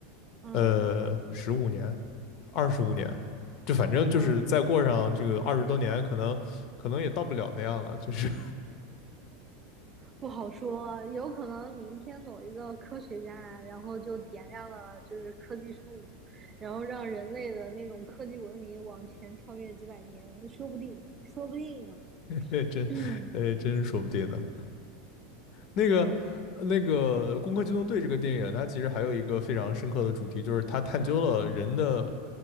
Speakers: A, on the right; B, on the left.
A: 嗯
B: 呃，十五年，二十五年，就反正就是再过上这个二十多年，
A: 嗯。
B: 可能可能也到不了那样了，就是。
A: 不好说，有可能明天某一个科学家啊，然后就点亮了就是科技树，然后让人类的那种科技文明往前跳跃几百年，说不定，说不定呢。
B: 嘿 <laughs> 真，
A: 嗯，
B: 哎，真说不定呢。那个，
A: 对，
B: 那个《攻壳机动队》这个电影，它其实还有一个非常深刻的主题，就是它探究了人的，